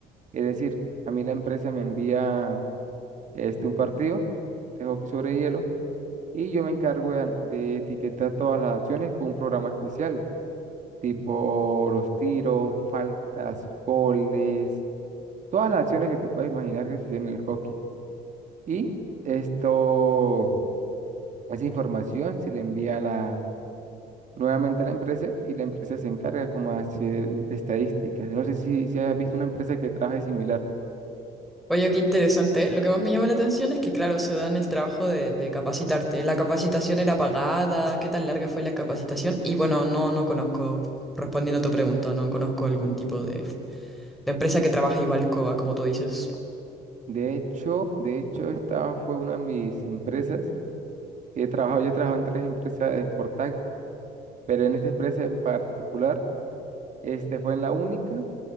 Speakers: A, on the right; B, in the centre.
A: es decir, a mí la empresa me envía este, un partido de hockey sobre hielo y yo me encargo de, an- de etiquetar todas las acciones con un programa especial, tipo los tiros, faltas, goles, todas las acciones que te puedes imaginar que suceden en el hockey. Y esto, esa información se le envía a la, nuevamente a la empresa y la empresa se encarga como de hacer estadísticas. No sé si, si has visto una empresa que trabaje similar.
B: Oye, qué interesante. Lo que más me llama la atención es que, claro, se dan el trabajo de, de capacitarte. La capacitación era pagada, ¿qué tan larga fue la capacitación? Y bueno, no, no conozco, respondiendo a tu pregunta, no conozco algún tipo de, de empresa que trabaje igual co- como tú dices.
A: De hecho, de hecho, esta fue una de mis empresas que he trabajado. Yo he trabajado en tres empresas de Sport pero en esta empresa en particular, este fue en la única